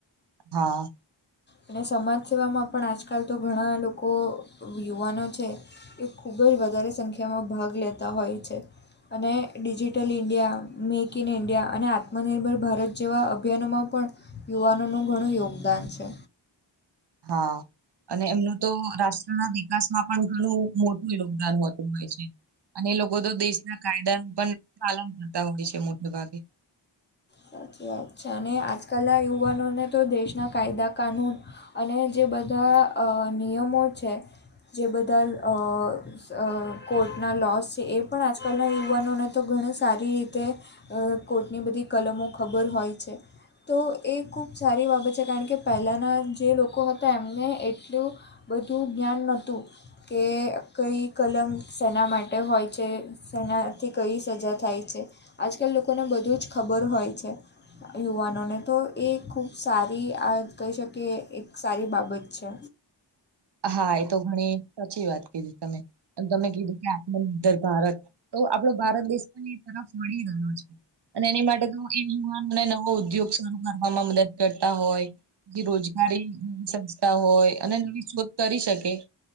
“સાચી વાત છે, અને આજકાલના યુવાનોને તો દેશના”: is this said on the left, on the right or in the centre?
Left